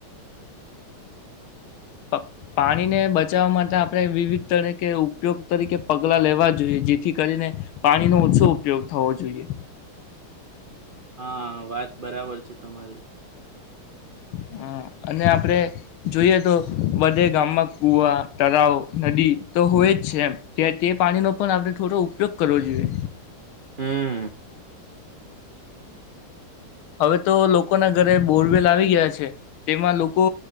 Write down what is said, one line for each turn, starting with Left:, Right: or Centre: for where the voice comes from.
Left: પ-પાણીને બચાવા માટે આપણે વિવિધ તરીકે ઉપયોગ તરીકે પગલા લેવા જોઈએ જેથી કરીને પાણીનો ઓછો ઉપયોગ થવો જોઈએ.
Right: હા વાત બરાબર છે તમારી.
Left: હમ્મ અને આપણે જોઈએ તો બધે ગામમાં કુવા તરાવ નદી તો હોય જ છે એમ કે તે પાણીનો પણ આપણે થોડો ઉપયોગ કરવો જોઈએ.
Right: હમ
Left: હવે તો લોકોના ઘરે બોરવેલ આવી ગયા છે તેમાં લોકો